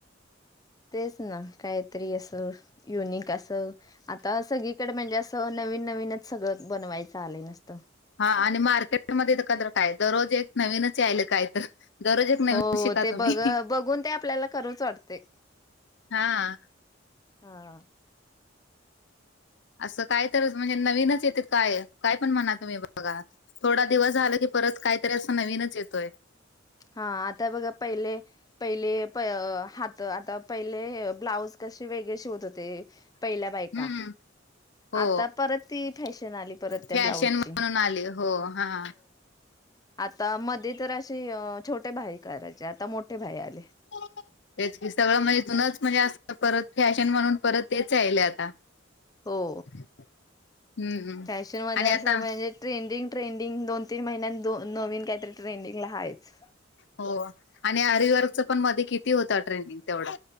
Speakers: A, on the left (about 20°); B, on the left (about 65°).
A: तेच ना काहीतरी असं युनिक असं. आता सग- कडे म्हणजे असं नवीन नवीनच सगळं बनवायचं आलंय नुस्तं.
B: हा आणि मार्केटमध्ये तर क्र काय दररोज एक नवीनच यायल काय तर. दररोज एक नवीन
A: हो
B: शिका
A: ते
B: तुम्ही
A: बघ बघून ते आपल्याला करूच वाटते.
B: हा‌.
A: हा.
B: असं काय तरच म्हणजे नवीनच येते काय. काय पण म्हणा तुम्ही बघा. थोडा दिवस झाला की परत काहीतरी असं नवीनच येतोय.
A: हा आता बघा पहिले पहिले प हात आता पहिले ब्लाऊज कसे वेगळे शिवत होते. पहिल्या
B: हम्म
A: बायका.
B: हो
A: आता परत ती फॅशन आली परत त्या
B: फॅशन
A: ब्लाउजची.
B: म्हणून आली हो. हा.
A: आता मध्ये तर असे छोटे भाई करायचे आता मोठे भाई आले.
B: <unintelligible> तेच क सगळं म्हणजे जुनच म्हणजे अस परत फॅशन म्हणून परत तेच याहिल आता.
A: हो.
B: <inaudible>
A: फॅशनमध्ये
B: आणि
A: असं,
B: आता
A: मजे ट्रेंडिंग- ट्रेंडिंग. दोन- तीन महिन्यात, दोन नवीन काहीतरी ट्रेंडिंगला हायच.
B: हो. आणि आरीवर्कचं पण, मधी किती होता ट्रेंडिंग तेवढा.